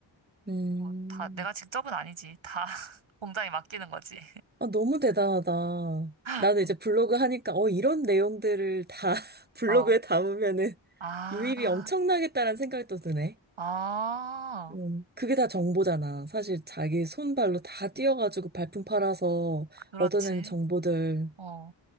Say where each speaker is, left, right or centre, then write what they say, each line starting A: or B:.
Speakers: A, on the right (about 20°); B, on the right (about 75°).
A: 음.
B: 뭐 다 내가 직접은 아니지. 다 <laughs> 공장에 맡기는 거지.
A: 아, 너무 대단하다. 나는
B: <laughs>
A: 이제 블로그 하니까, 어, 이런 내용들을 다 <laughs> 블로그에
B: 어.
A: 담으면은
B: 아,
A: 유입이 엄청나겠다라는 생각이 또 드네.
B: 아,
A: 음, 그게 다 정보잖아. 사실 자기 손발로 다 뛰어가지고 발품 팔아서
B: 그렇지.
A: 얻어낸 정보들.
B: 어.